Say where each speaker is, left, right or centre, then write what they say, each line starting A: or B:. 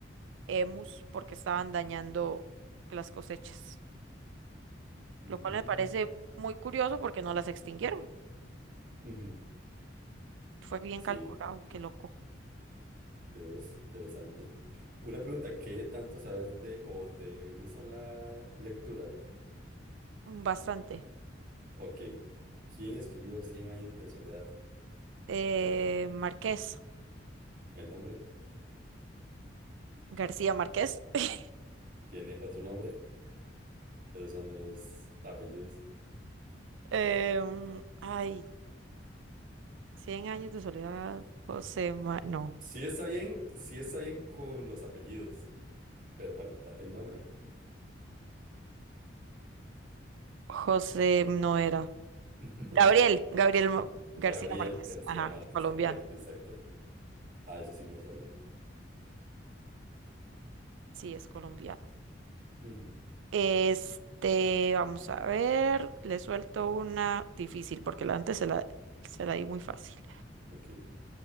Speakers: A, on the right; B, on the right.
A: emus porque estaban dañando las cosechas,
B: Mm,
A: lo cual me parece muy curioso porque no las extinguieron.
B: ujú,
A: Fue bien
B: Sí,
A: calculado, qué loco.
B: veo es interesante. Una pregunta, ¿qué tanto sabes de o te gusta la lectura?
A: Mm, Bastante.
B: Ok. ¿Quién escribió Cien años de soledad?
A: Eh, Marqués,
B: ¿El nombre?
A: García Márquez. <laughs>
B: ¿Tiene otro nombre? Esos son los apellidos.
A: Em, ay, 100 años de soledad, José, Ma- no,
B: Sí está bien, sí está bien con los apellidos, pero falta el nombre.
A: José no era.
B: <laughs>
A: Gabriel,
B: No.
A: Gabriel Mo- García
B: Gabriel
A: Márquez,
B: García
A: ajá,
B: Márquez,
A: colombiano.
B: correcto, exacto. Ah, eso sí no lo sabía.
A: Sí, es colombiano.
B: Ujú,
A: Este, vamos a ver, le suelto una difícil porque la antes se la, se la di muy fácil.
B: Ok.